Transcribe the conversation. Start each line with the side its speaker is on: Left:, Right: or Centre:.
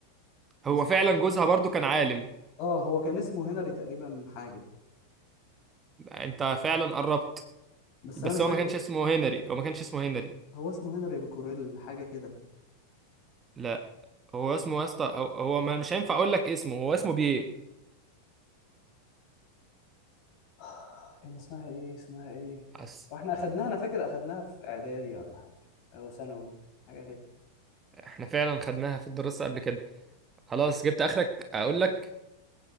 Right: هو
Left: بس مش
Right: فعلا
Left: عارف
Right: جوزها
Left: اسمه
Right: برضو كان عالم
Left: اه هو كان اسمه هنري تقريبا حاجه
Right: انت فعلا قربت
Left: بس
Right: بس
Left: انا مش
Right: هو
Left: فاكر
Right: ما كانش اسمه هنري هو ما كانش اسمه هنري
Left: هو اسمه هنري بكوريل حاجه كده
Right: لا هو اسمه يا اسطى هو هو ما- مش هينفع اقول لك اسمه هو اسمه بيه
Left: <sighs> كان اسمها ايه اسمها ايه
Right: أس...
Left: واحنا اخدناها انا فاكر اخدناها في اعدادي ولا حاجه او ثانوي حاجه كده
Right: احنا فعلا خدناها في الدراسة قبل كده خلاص جبت اخرك اقول لك